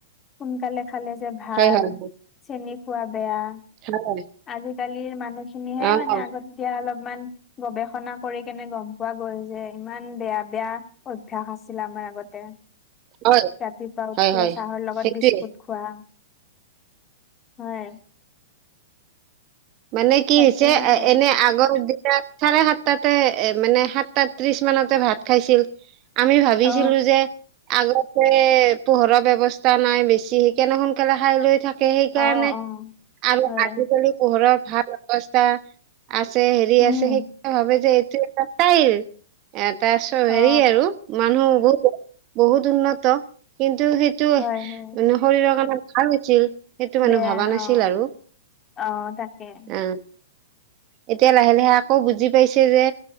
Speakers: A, on the left; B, on the right.
A: সোনকালে খালে যে ভাল,
B: হয় হয় হয়
A: চেনি খোৱা বেয়া।
B: হয়
A: আজিকালিৰ মানুহখিনিহে
B: অ
A: মানে আগত কে অলপ ইমান গৱেষণা কৰি কেনে গ'ম পোৱা গ'ল যে ইমান বেয়া, বেয়া। অভ্যাস আছিলে আমাৰ আগতে। ৰাতিপুৱা
B: হয়
A: উঠিয়ে
B: হয় হয়
A: চাহৰ লগত
B: সেইটোৱে
A: বিস্কুট খোৱা। হয়।
B: মানে কি
A: তাকেহে
B: হৈছে এ এনে আগৰ দিন চাৰে সাতটাতে এ মানে সাতটা ত্ৰিশ মানতে ভাত খাইছিল। আমি ভাবিছিলো
A: অ
B: যে আগতে পোহৰৰ ব্যৱস্থা নাই বেছি সিকানে সোনকালে খাই লৈ থাক তে সেইকাৰণে
A: অ অ
B: আৰু
A: হয়
B: আজিকালি ঘৰৰ ভাল অৱস্থা আছে, হেৰি
A: উম
B: আছে সেই ভাবে যে তে পাত তাইৰ তাৰচত
A: অ
B: হেৰি আৰু মানুহ বহ বহুত উন্নত কিন্তু সেইটো
A: হয়
B: শৰীৰৰ
A: হয়
B: কাৰণে ভাল হৈছিল। সেইটো মানুহ
A: বেয়া
B: ভবা নাছিল
A: অ',
B: আৰু।
A: অ', তাকে।
B: অ এতিয়া লাহে লাহে আকৌ বুজি পাইছে যে।